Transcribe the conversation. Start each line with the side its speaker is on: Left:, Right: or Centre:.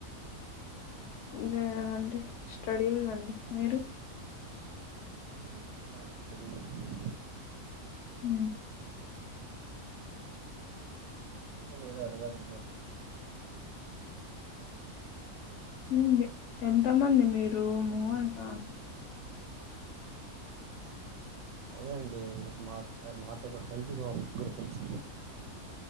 Left: లేదండి స్టడీయింగ్ అండి మీరు
Right: ఆ ఆ స్టడీయింగ్ అండి నేను కూడ
Left: హ
Right: చెప్పండి ఏదో అడగాలంటున్నారు
Left: ఊమ్ ఎంతమంది మీరు మోహన్ అం
Right: అదే అండి మా నాతో పాటు కలిపి ఇంకో ముగ్గురు ఫ్రెండ్స్